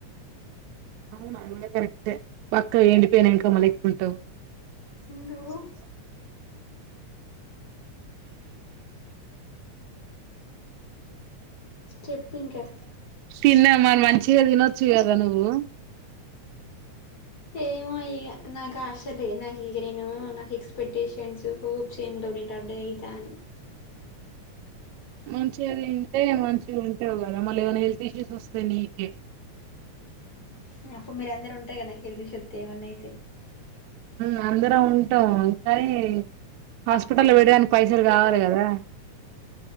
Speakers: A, on the right; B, on the left.
A: అవును అది కూడా కరెక్ట్ ఏ బక్కగా ఎండిపోయిన ఎంకమ్మ లెక్క ఉంటవ్
B: నువ్వు చెప్పు ఇంకా
A: తిన్నామన్ మన్ మంచిగా తినొచ్చు కదా నువ్వు
B: ఏమో ఇగ నాకు ఆశ లే, నాకు ఇగ నేను నాకు ఎక్స్పెక్టేషన్స్ హోప్స్ ఏం ఉండవ్ నేన్ ఇట్ట అడ్డ గా అయితా అని.
A: మంచిగా తింటే మంచి గా ఉంటావు గదా, మళ్ ఏమనా హెల్త్ ఇష్యూస్ వస్తయి నీకే.
B: నప్పు మీరందరు ఉంటరేగా నాక్ ఎదురుశెత్తి ఏమన్న అయితే
A: ఉమ్ అందరం ఉంటాం కానీ హాస్పిటల్ పోయడానికి పైసలు కావాలి కదా